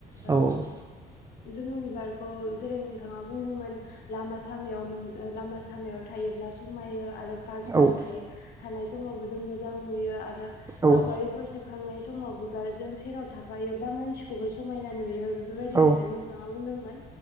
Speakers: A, on the left; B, on the right.
A: ओ
B: औ
A: जोंङो बिबार खौ जेरै नोंथांङा बुंदोंमोन लामा सामायाव मोन लामा सामायाव थायोब्ला समायो आरो पार्कफोराव
B: औ
A: थायो थानाय समावबो जोंङो जां नुयो आरो
B: औ
A: सावगारिफोर सेबखांनायस सोमाव बिबारजों सेराव थाफायोब्ला मानसि खौबो समायना नुयो। फोरबायदि
B: औ
A: होननानै नोंथांङा बुंदोंमोन